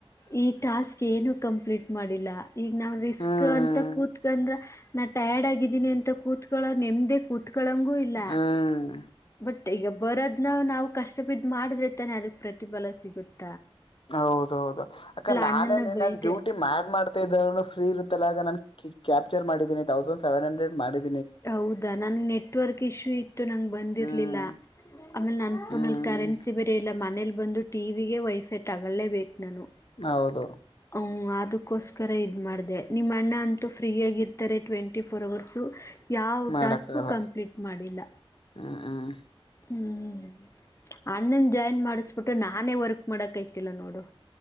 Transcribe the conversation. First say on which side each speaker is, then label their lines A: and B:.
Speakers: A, on the left; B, on the left.
A: ಈ ಟಾಸ್ಕ್ ಏನು ಕಂಪ್ಲೀಟ್ ಮಾಡಿಲ್ಲ ಈಗ ನಾವ ರಿಸ್ಕ್
B: ಹ್ಮ್
A: ಅಂತ ಕೂತ್ಕಂದ್ರ ನಾಟ್ಯಾಡ್ ಆಗಿ ೀನಿ ಅಂತ ಕೂತ್ಗಳು ನೆ್ದ ಕೂತ್ ಕಳಂಗೂ ಇಲ್ಲ
B: ಹ್ಮ್
A: ಬಟ್ ಈಗ ಬರೋದ್ನ ನಾವು ಕಷ್ಟ ಬಿದ್ದ ಮಾಡಿದ್ರೆ ತಾನೆ ಅದಕ್ಕೆ ಪ್ರತಿಫಲ ಸಿಗುತ್ತೆ
B: ಹೌದೌದು ಅಕ್ಕ ನಾನೇನ್
A: ಅಣ್ಣನ ಬೈದೆ
B: ನನ್ ಡ್ಯೂಟಿ ಮಾಡ್ ಮಾಡ್ ಇದ ಫ್ರೀ ಇರುತ್ತೆ ನಾನು ಕ್ಯಾಪ್ಚರ್ ಮಾಡೀನಿ ತೌಸಂಡ್ ಸೆವೆನ್ ಹಂಡ್ರೆಡ್ ಮಾಡಿದ್ದನಿ
A: ಹೌದಾ ನಂ ನೆಟ್ವರ್ಕ್ ಇಶ್ಯೂ ಇತ್ತು ನಂಗೆ ಬಂದಿರ್ಲಿಲ್ಲ
B: ಹ್ಮ್
A: ಆಮೇಲೆ ನನ್ ಫೋನಲ್ಲಿ
B: ಹ್ಮ್
A: ಕರೆನ್ಸಿ ಬರ ಇಲ್ಲ ಮನಲಿ ಬಂದು ಟಿವ ವಿಿಗೆ ವೈಫೈ ತಗೊೊಳ್ಳೇಬೇಕು ನಾನು
B: ಹೌದು
A: ಹ ಅದಕೋಸ್ಕರ ಇದ್ ಮಾಡ್ದ ನಿಮ್ಮ ಅಣ್ಣ ಅಂತೂ ಫ್ರೀ ಆಗ ಇರ್ತಾರೆ ಟ್ವೆಂಟಿ ಫೋರ್ ಅವರ್ಸು ಯಾವ
B: ಮಾಡಕ್ಕಾಗಲ್ಲ
A: ಟಾಸ್ಕು ಕಂಪ್ಲೀಟ್ ಮಾಡಿಲ್ಲ
B: ಹ್ಮ್ ಹ್ಮ್
A: ಹ್ಮ್ ಅಣ್ಣನ್ ಜಾಯ್ನ್ ಮಾಡಿಸಬಿಟ್ಟು ನಾನೇ ವರ್ಕ್ ಮಾಡಕ್ತಿಲ್ಲ ನೋಡು